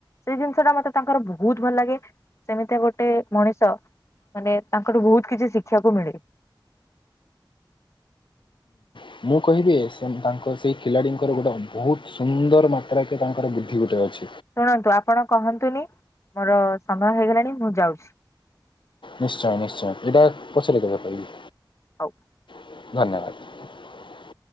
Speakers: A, on the left; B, on the left.
A: ସେଇ ଜିନିଷ ଟା ମୋତେ ତାଙ୍କର ବହୁତ ଭଲ ଲାଗେ। ସେମିତି ଗୋଟେ ମଣିଷ ମାନେ ତାଙ୍କଠୁ ବହୁତ କିଛି ଶିଖିବାକୁ ମିଳେ।
B: ହୁଁ। ମୁଁ କହିବି ସେ ତାଙ୍କର ସେହି ଖେଳାଳିଙ୍କର ଗୋଟେ ବହୁତ ସୁନ୍ଦର ମାତ୍ରାକେ ତାଙ୍କର ବୁଦ୍ଧି ଗୋଟେ ଅଛି।
A: ଶୁଣନ୍ତୁ ଆପଣ କହନ୍ତୁନି। ମୋର ସମୟ ହେଇଗଲାଣି ମୁଁ ଯାଉଛି।
B: ନିଶ୍ଚୟ ନିଶ୍ଚୟ ଏଇଟା ପଛରେ କେବେ କହିବି।
A: ହଉ।
B: ଧନ୍ୟବାଦ।